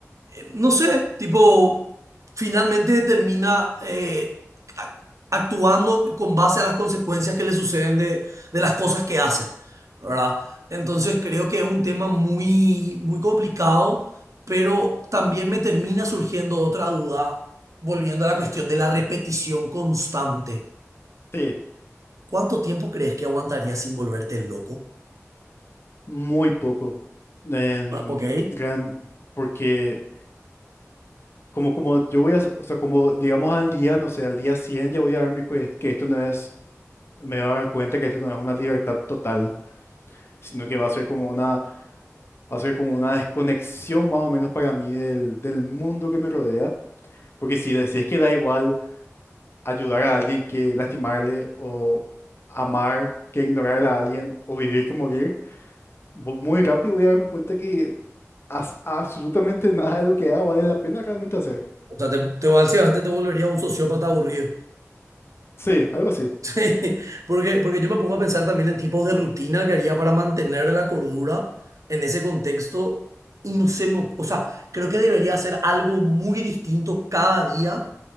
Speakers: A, on the right (about 75°); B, on the left (about 50°).
A: eh, no sé, tipo, finalmente termina eh, a- actuando con base a las consecuencias que le suceden de, de las cosas que hace, ¿verdad? Entonces creo que es un tema muy, muy complicado, pero también me termina surgiendo otra duda, volviendo a la cuestión de la repetición constante.
B: Sí,
A: ¿Cuánto tiempo crees que aguantarías sin volverte loco?
B: muy poco. En
A: Ah, Ok.
B: gran, porque Como, como yo voy a, o sea, como digamos al día, no sé, al día 100 ya voy a darme cue- que esto no es, me voy a dar cuenta que esto no es una libertad total, sino que va a ser como una, va a ser como una desconexión más o menos para mí del, del mundo que me rodea, porque si, de- si es que da igual ayudar a alguien que lastimarle o amar que ignorar a alguien o vivir que morir, vo- muy rápido voy a darme cuenta que as- absolutamente nada de lo que haga vale la pena realmente hacer.
A: O sea, te, te, básicamente te volvería un sociópata aburrido.
B: Sí, algo así.
A: Sí, porque, porque yo me pongo a pensar también en tipos de rutina que haría para mantener la cordura en ese contexto y no sé, o sea, creo que debería hacer algo muy distinto cada día